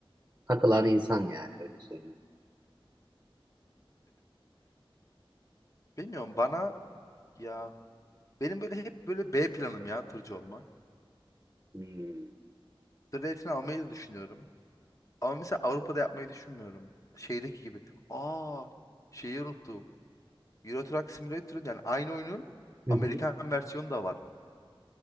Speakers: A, on the right; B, on the left.
A: takılan insan yani öyle söyleyeyim.
B: Bilmiyorum bana ya benim böyle hep böyle B planım ya tırcı olmak.
A: Hmm.
B: Tır ehliyetini almayı da düşünüyorum. Ama mesela Avrupa'da yapmayı düşünmüyorum. Şeydeki gibi. Aa şeyi unuttuk. Euro Truck Simulator'ın yani aynı oyunun
A: <laughs>
B: Amerikan versiyonu da var.